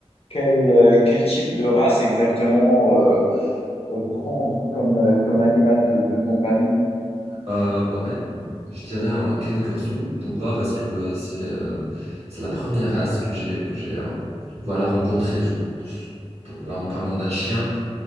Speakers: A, on the left; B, on the right.
A: quel, euh, quel type de race exactement euh, euh, prendre comme, euh, comme animal de, de compagnie?
B: Euh, bah ouais, je dirais un Canis Corso. Pourquoi? Parce que euh, c'est euh, c'est la première race que j'ai que j'ai euh, voilà rencontrée. Je- pour- Là, en parlant d'un chien,